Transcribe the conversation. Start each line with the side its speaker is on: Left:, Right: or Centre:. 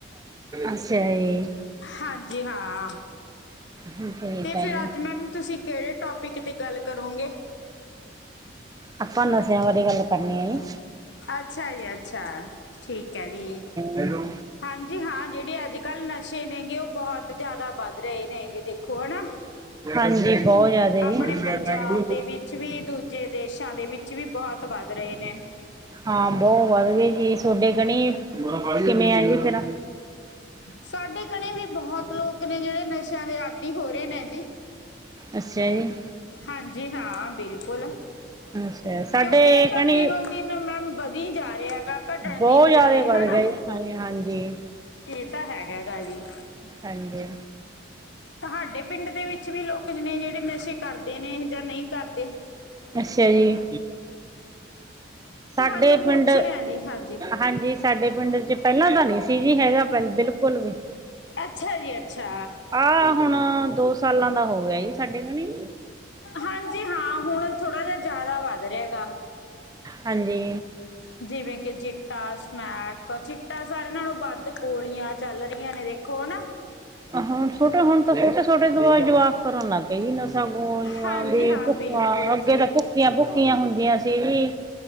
Right: ਅੱਛਾ ਜੀ।
Left: ਹਾਂਜੀ ਹਾਂ,
Right: ਠੀਕ
Left: ਤੇ
Right: ਆ
Left: ਫਿਰ
Right: ਜੀ
Left: ਅੱਜ ਮੈਮ ਤੁਸੀਂ। ਕਿਹੜੇ ਟੋਪਿਕ ਤੇ ਗੱਲ ਕਰੋਂਗੇ?
Right: ਆਪਾਂ ਨਸ਼ਿਆਂ ਬਾਰੇ ਗੱਲ ਕਰਨੀ ਹੈ ਜੀ।
Left: ਅੱਛਾ ਜੀ, ਅੱਛਾ ਠੀਕ ਹੈ ਜੀ।
Right: ਹੈਲੋ।
Left: ਹਾਂਜੀ ਹਾਂ ਜਿਹੜੇ ਅੱਜ ਕੱਲ੍ਹ ਨਸ਼ੇ ਨੇਗੇ ਉਹ ਬਹੁਤ ਜ਼ਿਆਦਾ ਵੱਧ ਰਹੇ ਨੇਗੇ ਦੇਖੋ ਹਨਾ।
Right: ਹਾਂਜੀ ਬਹੁਤ ਜ਼ਿਆਦਾ
Left: ਆਪਣੇ ਪੰਜਾਬ
Right: ਜੀ
Left: ਦੇ ਵਿੱਚ ਵੀ ਦੂਜੇ ਦੇਸਾਂ ਦੇ ਵਿੱਚ ਵੀ ਬਹੁਤ। ਬਹੁਤ ਵੱਧ ਰਹੇ ਨੇ।
Right: ਹਾਂ, ਬਹੁਤ ਵੱਧ ਗਏ ਜੀ ਤੁਹਾਡੇ ਕਣੀ ਕਿਵੇਂ ਆ ਜੀ ਫੇਰ।
Left: ਸਾਡੇ ਕਣੀ ਵੀ ਬਹੁਤ ਲੋਕ ਨੇ ਜਿਹੜੇ ਨਸ਼ਿਆਂ ਦੇ ਆਦੀ ਹੋ ਰਹੇ ਨੇ ਜੀ।
Right: ਅੱਛਾ ਜੀ।
Left: ਹਾਂਜੀ ਹਾਂ, ਬਿਲਕੁਲ,
Right: ਅੱਛਾ ਸਾਡੇ
Left: ਕਿਉਂਕਿ ਇਹ ਤਾਂ
Right: ਕਣੀ
Left: ਦਿਨੋ ਦਿਨ ਮੈਮ ਵਧੀ ਜਾ ਰਿਹਾ ਹੈਗਾ। ਘਟਣ
Right: ਬਹੁਤ
Left: ਦੀ ਬਜਾਏ
Right: ਜ਼ਿਆਦਾ
Left: ਹਨਾ
Right: ਵੱਧ ਗਿਆ ਜੀ ਹਾਂਜੀ ਹਾਂਜੀ
Left: ਇਹ ਤਾਂ ਹੈਗਾ ਹੈਗਾ ਹੈ ਜੀ।
Right: ਹਾਂਜੀ।
Left: ਤੁਹਾਡੇ ਪਿੰਡ ਦੇ ਵਿੱਚ ਵੀ ਲੋਕ ਨੇ ਜਿਹੜੇ ਨਸ਼ੇ। ਕਰਦੇ ਨੇ ਜਾਂ ਨਹੀਂ ਕਰਦੇ।
Right: ਅੱਛਾ ਜੀ ਸਾਡੇ
Left: ਤੁਹਾਨੂੰ ਪੁੱਛ
Right: ਪਿੰਡ
Left: ਰਿਹਾ ਜੀ ਹਾਂਜੀ
Right: ਹਾਂਜੀ। ਸਾਡੇ ਪਿੰਡ 'ਪਹਿਲਾਂ ਤਾਂ ਨਹੀਂ ਸੀ ਜੀ ਹੈਗਾ ਬਿਲਕੁਲ ਵੀ।
Left: ਅੱਛਾ ਜੀ ਅੱਛਾ।
Right: ਆਹ ਹੁਣ ਦੋ ਸਾਲਾਂ ਦਾ ਹੋ ਗਿਆ ਸਾਡੇ ਗਾਣੇ।
Left: ਹਾਂਜੀ ਹਾਂ ਹੁਣ ਥੋੜਾ ਜਿਹਾ ਜ਼ਿਆਦਾ ਵੱਧ ਰਿਹਾ ਗਾ।
Right: ਹਾਂਜੀ।
Left: ਜਿਵੇਂ ਕਿ ਚਿੱਟਾ ਸਮੈਕ ਚਿੱਟਾ ਸਾਰਿਆਂ ਨਾਲੋਂ ਵੱਧ ਗੋਲੀਆਂ ਚੱਲ ਰਹੀਆਂ ਨੇ ਦੇਖੋ।
Right: ਹਾਂ ਛੋਟੇ ਹੁਣ ਛੋਟ ਛੋਟੇ ਦਵਾ ਜਵਾਕ। ਕਰਨ ਲੱਗ ਗਏ ਜੀ ਨਸ਼ਾ ਗੋਲੀਆਂ
Left: ਹਾਂਜੀ ਹਾਂ
Right: ਭੁੱਕਾ
Left: ਬਿਲਕੁਲ
Right: ਅੱਗੇ
Left: ਜੀ
Right: ਭੁੱਕਾ। ਭੱਕੀਆਂ ਭੁੱਕੀਆਂ ਹੁੰਦੀਆਂ ਸੀ ਵੀ